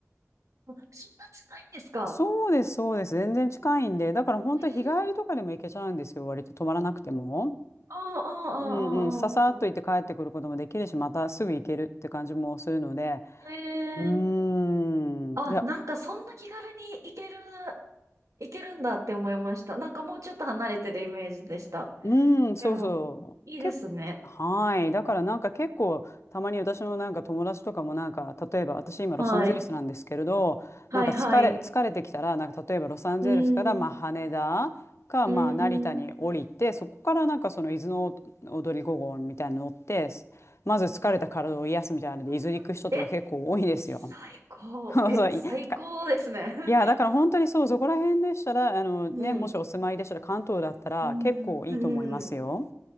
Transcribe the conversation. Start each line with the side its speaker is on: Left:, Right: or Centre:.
Right: あそんな近いんですか
Left: そうです、そうです。全然近いんで、だから本当日帰りとかでも行けちゃうんですよ、
Right: ええ
Left: 割と泊まらなくても。
Right: ああ、ああ、
Left: うんうん、ささっと行って帰ってくることもできるし、
Right: ああ、
Left: またすぐ行けるって感じもするので、
Right: ええ
Left: うーん、
Right: あ、
Left: いや、
Right: なんかそんな気軽に行ける、行けるんだって思いました。なんかもうちょっと離れてるイメージでした。
Left: うん、そうそう。
Right: でも、いいですね。
Left: け、はい。だからなんか結構、たまに私のなんか友達とかもなんか、例えば私今ロサンゼルスなんですけれど、
Right: はい。はい、
Left: なんか疲れ、
Right: はい。
Left: 疲れてきたら、なんか例えばロサンゼルスからまあ羽田かまあ成田に降りて、
Right: うん、うん、うん。
Left: そこからなんかその伊豆の踊り5号みたいなの乗って、まず疲れた体を癒すみたいなので、
Right: あ
Left: 伊豆に行く人とか結構多いですよ。
Right: え最高。
Left: <laughs> そうそういか
Right: え、最高ですね。<laughs>
Left: いやだから本当にそうそこら辺でしたらあのねもしお住まいでしたら関東だったら結構いいと思いますよ。
Right: うん。うん。うん。